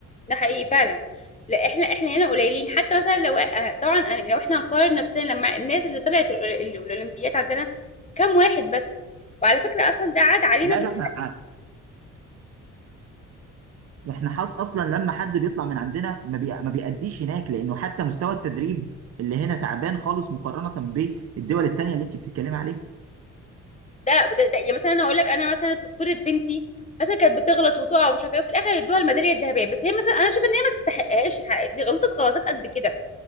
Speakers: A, on the left (about 25°); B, on the right (about 55°).
A: ده حقيقي فعلا لا احنا احنا هنا قليلين حتى مثلا لو آه، طبعا أنا- لو احنا هنقارن نفسنا لما الناس اللي طلعت الأول- الاولمبيات عندنا كام واحد بس وعلى فكره اصلا ده عاد علينا
B: لا
A: بس
B: ده احنا احنا حظ اصلا لما حد بيطلع من عندنا ما بي... ما بيأديش هناك لانه حتى مستوى التدريب اللي هنا تعبان خالص مقارنة بالدول التانية اللي انت بتتكلمي عليها
A: ده, ده, ده يعني مثلا انا هقول لك انا مثلا في بطوله بنتي مثلا كانت بتغلط وتقع ومش عارفه ايه وفي الاخر يدوها الميداليه الذهبيه بس هي مثلا انا شايفه ان هي ما تستحقهاش حق- دي غلطت غلطات قد كده